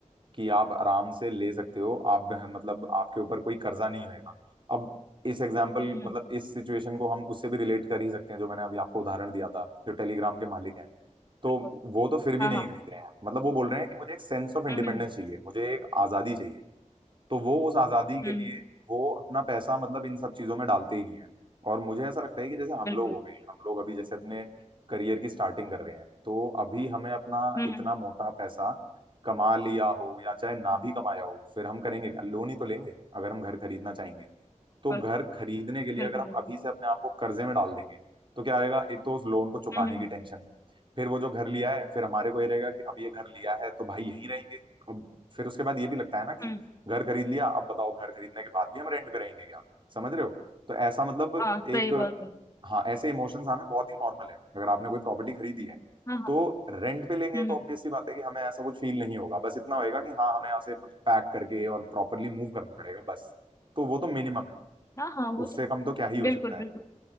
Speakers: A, on the right (about 40°); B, on the left (about 25°).
A: कि आप आराम से ले सकते हो आप मतलब आपके ऊपर कोई कर्जा नहीं होएगा अब इस एग्जाम्पल
B: हम्म
A: मतलब इस सिचुएशन को हम उससे भी रिलेट कर ही सकते हैं जो मैंने अभी आपको उदाहरण दिया था जो टेलीग्राम के मालिक हैं तो
B: बिल्कुल
A: वो तो फिर भी
B: हाँ
A: नहीं
B: हाँ
A: खरीद रहे हैं मतलब वो बोल रहे हैं कि मुझे एक सेंस ऑफ इंडिपेंडेंस
B: हम्म हम्म
A: चाहिए मुझे एक आजादी चाहिए तो वो उस आजादी
B: हम्म
A: के लिए
B: हम्म,
A: वो अपना पैसा मतलब इन सब चीजों में डालते ही नहीं है और मुझे ऐसा लगता है कि जैसे हम
B: बिल्कुल
A: लोग हो गए हम लोग अभी जैसे अपने करियर की स्टार्टिंग कर रहे हैं तो अभी हमें अपना
B: हम्म
A: इतना
B: हम्म
A: मोटा पैसा कमा लिया हो या चाहे ना भी कमाया हो फिर हम करेंगे क्या लोन ही तो लेंगे अगर हम घर खरीदना चाहेंगे तो
B: बिल्कुल
A: घर खरीदने के लिए
B: बिल्कुल
A: अगर हम
B: बिल्कुल
A: अभी से अपने आप को कर्जे में डाल देंगे तो क्या आएगा एक तो उस लोन को चुकाने
B: हम्म हम्म
A: की टेंशन फिर वो जो घर लिया है फिर हमारे को ये रहेगा कि अब ये घर लिया है तो भाई यहीं रहेंगे अब फिर उसके बाद ये भी लगता है ना कि
B: हम्म,
A: घर खरीद लिया अब बताओ घर खरीदने के बाद भी हम रेंट पे रहेंगे क्या समझ रहे हो तो ऐसा मतलब
B: हाँ सही
A: एक
B: बात है
A: हाँ ऐसे इमोशंस आना बहुत ही नॉर्मल है अगर आपने कोई प्रॉपर्टी खरीदी है
B: हाँ हाँ
A: तो रेंट पे लेंगे
B: हम्म
A: तो
B: हम्म
A: ऑब्वियसली बात है कि हमें ऐसा कुछ फील नहीं होगा बस इतना होएगा कि हाँ हमें यहाँ से मतलब पैक करके और प्रॉपरली मूव करना पड़ेगा बस तो वो तो मिनिमम है
B: हाँ हाँ वो
A: उससे
B: तो
A: कम तो क्या ही हो
B: बिल्कुल
A: सकता
B: बिल्कुल
A: है